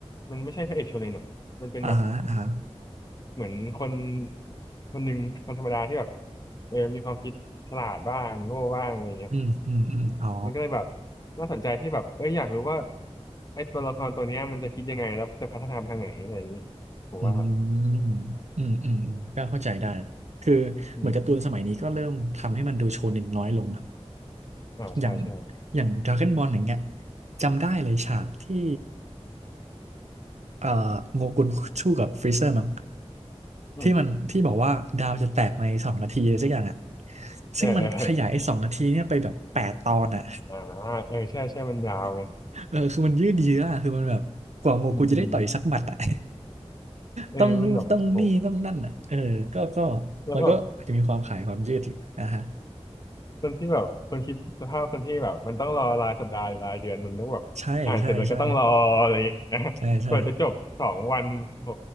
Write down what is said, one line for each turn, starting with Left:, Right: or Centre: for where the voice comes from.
Left: มันไม่ใช่พระเอกโชเนนหรอกมันเป็นแบบ
Right: อ่าฮะอ่าฮะ
Left: เหมือนคนคนหนึ่งคนธรรมดาที่แบบเออมีความคิดฉลาดบ้างโง่บ้างอะไรเงี้ย
Right: อืมอืมอืมอ๋อ
Left: มันก็เลยแบบน่าสนใจที่แบบเอ้ยอยากรู้ว่าไอ้ตัวละครตัวเนี้ยมันจะคิดยังไงแล้วจะพัฒนาไปทางไหนอะไรอย่างนี้ผมว่า
Right: อืมอืม อืม อืม ก็เข้าใจได้ คือเหมือนการ์ตูนสมัยนี้ก็เริ่มทำให้มันดูโชเน็นน้อยลงนะ
Left: อืมอ่าใช่ใช่
Right: อย่างอย่างดราก้อนบอลอย่างเงี้ยจำได้เลยฉากที่เอ่อโงกุนชู่กับฟรีเซอร์มั้ง
Left: อืม
Right: ที่มันที่บอกว่าดาวจะแตกในสองนาทีอะไรสักอย่างอ่ะ
Left: เออเออเออ
Right: ซึ่งมันขยายไอ้สองนาทีเนี่ยไปแบบแปดตอนอ่ะ
Left: อ่าเออใช่ใช่มันยาวไง
Right: <laughs> เออคือมันยืดเยื้ออะคือมันแบบกว่าโงกุนจะได้ต่อยสักหมัดอ่ะ
Left: อืมอืมเออมันแบบโห
Right: ต้องนู่นต้องนี่ต้องนั่นอ่ะเออก็ก็
Left: แล้วแบบ
Right: มันก็อาจจะมีความขายความยืดอยู่นะฮะ
Left: คนที่แบบคนคิดสภาพคนที่แบบมันต้องรอรายสัปดาห์หรือรายเดือนมันต้องแบบอ่านเสร็จแล้วก็ต้องรออะไรอย่างเงี้ยกว่าจะจบสองวันโห
Right: ใช่ใช่ใช่ใช่ใช่